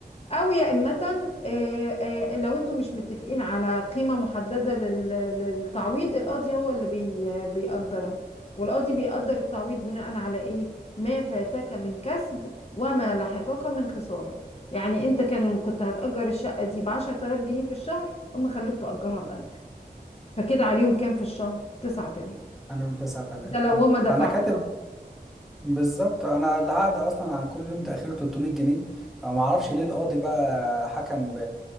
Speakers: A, on the left; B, in the centre.
A: او يا إما آه، آه، لو انتوا مش متفقين على قيمة محددة لل- للتعويض القاضي هو اللي بي بيقدرها والقاضي بيقدر التعويض بناء على ايه ما فاتك من كسب وما لحقك من خسارة يعني انت كان كنت هتأجر الشقة دي بعشرة آلاف جنيه في الشهر هم خلوك تأجرها بألف فكده عليهم كام في الشهر تسعة آلاف.
B: عليهم 9000
A: ده لو
B: اه
A: هما دفعوا
B: انا كاتب بالظبط انا العقد اصلا عن كل يوم تاخير 300 جنيه او ما اعرفش ليه القاضي بقى حكم ب...